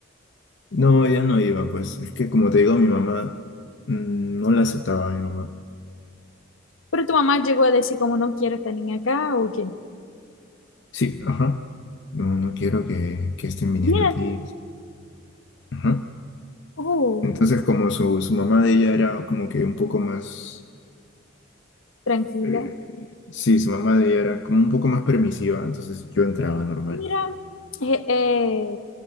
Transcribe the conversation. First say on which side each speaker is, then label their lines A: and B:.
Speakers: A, on the left; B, on the left.
A: No, ella no iba, pues. Es que como te digo, mi mamá mm, no la aceptaba, mi mamá.
B: Pero tu mamá llegó a decir como no quiero esta niña acá o qué.
A: Sí, ajá. No, no quiero que, que estén viniendo
B: Mírate.
A: aquí. Ajá.
B: Oh,
A: Entonces, como su, su mamá de ella era como que un poco más...
B: tranquila.
A: eh, sí, su mamá de ella era como un poco más permisiva, entonces yo entraba normal.
B: Mira, eh, eh,